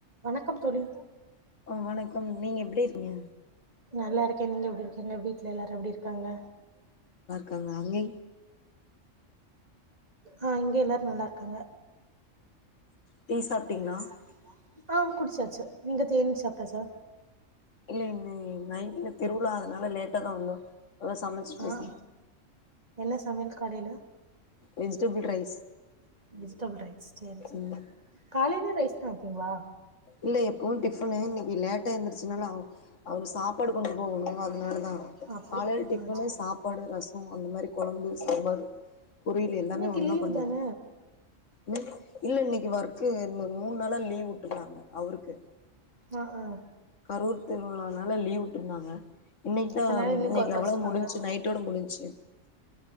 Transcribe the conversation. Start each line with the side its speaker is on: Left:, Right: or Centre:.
Right: வணக்கம் தோழி
Left: ஆஹ் வணக்கம் நீங்க எப்படி இருக்கீங்க
Right: நல்லா இருக்கேன் நீங்க எப்படி வீட்ல எல்லாரும் எப்படி இருக்காங்க
Left: காங்க இல்லை
Right: ஆஹ் இங்க எல்லாரு நல்லா இருக்காங்க
Left: டீ சாப்ட்டீங்களா
Right: நீங் சாப்ட்டீங்ளா ஆஹ் குடிச்சாச்சு நீங்க தேனீர் சாப்ட்டாச்சா
Left: இல்ல இனிமே நைட்ல திருவுழா அதுனால லேட்டா தா வந்தோ அதா சமச்சிட்ருக்கே
Right: ஆ என்ன சமையல் காலைல
Left: வெஜிடபிள் ரைஸ்
Right: வெஜிடபிள் ரைஸ் சேரி சேரி
Left: ம்
Right: காலையே ரைஸ் சாப்ட்டீங்ளா
Left: இல்ல எப்பவு டிஃபனு இன்னைக்கு லேட்டா எந்துருச்சனால அவர் அவரு சாப்பாடு கொண்டு போகணு அதுனாலதா
Right: அப்டி
Left: காலைல டிஃபனு
Right: ஆ சேரி
Left: சாப்பாடு ரசம் அந்த மாரி கொழம்பு சாம்பாரு பொரியல் எல்லாமே
Right: இன்னைக்கு
Left: ஒன்னா
Right: லீவு
Left: பண்ணுவே
Right: தான
Left: உம் இல்ல இன்னைக்கு வர்க்கு இந்த மூண் நாளா லீவ் விட்டுட்டாங்க அவருக்கு
Right: ஆஹ் ஆஹ்
Left: கரூர் திருவிழானால லீவ் விட்ருந்தாங்க இன்னைக்குதா
Right: அதனால
Left: இன்னைக்கு
Right: ஒர்க்
Left: அவளதா
Right: வச்சிருக்காங்க
Left: முடிஞ்ச்சு நைட்டோட முடிஞ்ச்சு